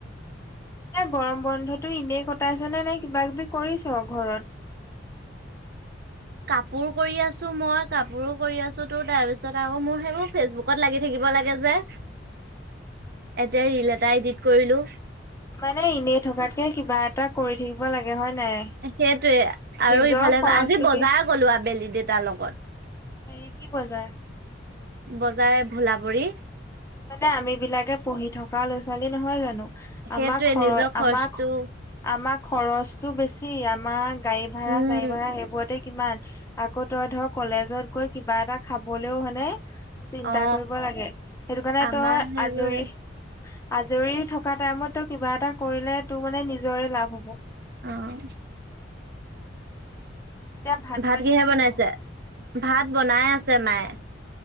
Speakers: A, on the left (about 15°); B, on the right (about 55°).
A: এয়া গৰম বন্ধতটো এনেই কটাইছ নে, নাই কিবা কিবি কৰিছ ঘৰত
B: কাপোৰ কৰি আছো, মই কাপোৰো কৰি আছো তো তাৰ পিছত আকৌ মোৰ সেইবোৰ ফেচবুক ত লাগি থাকিব লাগে যে এতিয়া ৰিল এটা এডিট কৰিলো
A: মানে, এনেই থকাতকে কিবা এটা কৰি থাকিব লাগে হয় নাই
B: সেইটয়ে, আৰু
A: নিজৰ
B: ইফালে
A: খৰচটো
B: আজি বজাৰ
A: কি
B: কলো আবেলি দেউতাৰ লগত
A: হেৰি কি বজাৰ
B: বজাৰে ভোলাবৰি
A: মানে, আম বিলাকে পঢ়ি থকা ল'ৰা ছোৱালী নহয় জানো
B: সেইটোৱে
A: আমাক খৰ
B: নিজৰ খৰচটো
A: আমাক আমাৰ খৰচটো বেছি, আমাৰ গাড়ী ভাড়া
B: উম
A: চাৰী ভাড়া সেইবোৰতে কিমান আকৌ তই ধৰ, কলেজত গৈ কিবা এটা খাবলৈও হানে চিন্তা
B: অ
A: কৰিব লাগে সেইটো কাৰণে
B: আমাৰ
A: তই
B: সেইবোৰে
A: আজৰি আজৰি থকা টাইমতটো কিবা এটা কৰিলে তোৰ মানে, নিজৰে লাভ হ'ব
B: অ',
A: এতিয়া
B: ভাত
A: পানী
B: কিহে
A: কি
B: বনাইছে?
A: হ'ব
B: ভাত বনাই আছে মায়ে